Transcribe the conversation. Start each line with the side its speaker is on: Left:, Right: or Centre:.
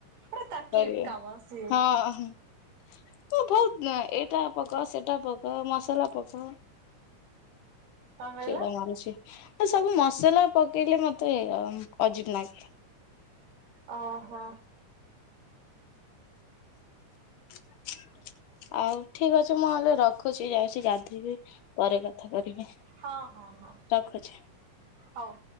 Right: ପୁରା ତାକ୍ଲିଫ୍
Left: କରିବା
Right: କାମ ସିଏ।
Left: ହଁ। <unintelligible> ବହୁତ ଏଇଟା ପକାଅ ସେଟା ପକା ମସଲା ପକାଅ,
Right: କଣ କହିଲ?
Left: ଛିଡା ମାରୁଛି। ଆ ସବୁ ମସଲା ପକେଇଲେ ମତେ <unintelligible> ଅଜିବି ନାଗେ।
Right: ଓହୋ।
Left: <inaudible> ଆଉ ଠିକ ଅଛି ମୁଁ <unintelligible> ରଖୁଛି, ଯାଉଛି ଗାଧୋଇବି ପରେ କଥା କରିବି।
Right: ହଁ ହଁ ହଁ।
Left: ରଖୁଛି।
Right: ହଉ।